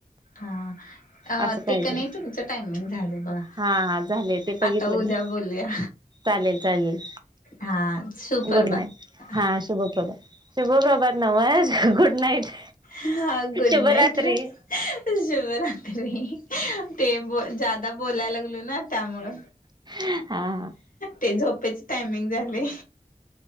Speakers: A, on the left; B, on the right.
A: हा अ
B: असं पाहिजे
A: ते क नाही तुमचं टायमिंग झालंय बघा.
B: हा हा झाले ते बघितलं
A: आता उद्या
B: मी
A: बोलूया.
B: चालेल चालेल
A: हा सुप्रभात
B: गुड नाईट हा शुभप्रभात. शुभ प्रभात नव्ह गुड नाईट.
A: हा गुड
B: शुभरात्री
A: नाईट र शुभरात्री. ते जादा बोलाय लागलोय ना. त्यामुळ
B: हा हा
A: ते झोपेचे टायमिंग झाले.